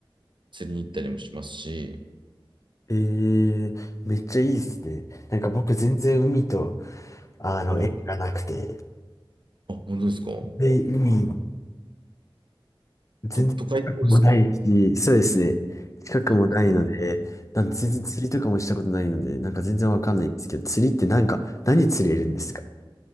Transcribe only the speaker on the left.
ええめっちゃいいですね。なんか僕全然海と、あの、
縁がなくて、
で、海、全然近くもないし、
そうですね。近くもないので、
なんで全然釣りとかもしたことないので、
なんか全然わかんないんですけど、釣りってなんか、何釣れるんですか